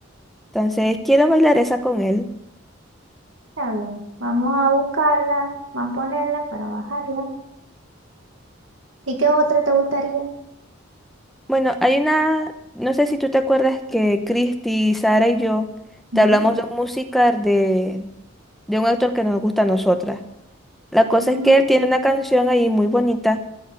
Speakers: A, in the centre; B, on the right.
A: Entonces, quiero bailar esa con él.
B: está bien. Vamos a buscarla, vamos a ponerla para bajarla. ¿Y qué otra te gustaría?
A: Bueno, hay una, no sé si tú te acuerdas que Cristi, Sara y yo
B: Ujú.
A: te hablamos de un musical de, de un actor que no nos gusta a nosotras. La cosa
B: Ah,
A: es que él tiene una canción ahí muy bonita